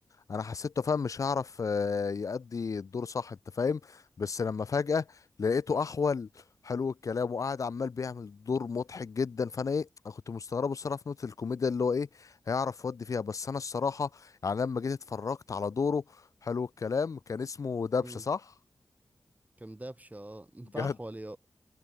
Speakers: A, on the left; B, on the right.
A: انا حسيته فاهم مش هيعرف آه، يأدي الدور صح انت فاهم بس لما فجأة لقيته احول حلو الكلام وقاعد عمال بيعمل دور مضحك جدا فانا ايه أنا كنت مستغربه الصراحه في نقطه الكوميديا اللي هو ايه هيعرف يودي فيها بس انا الصراحه يعني لما جيت اتفرجت على دوره حلو الكلام كان اسمه دبشه
B: امم
A: صح؟
B: كان دبشة اه انت
A: جدع
B: أحول يا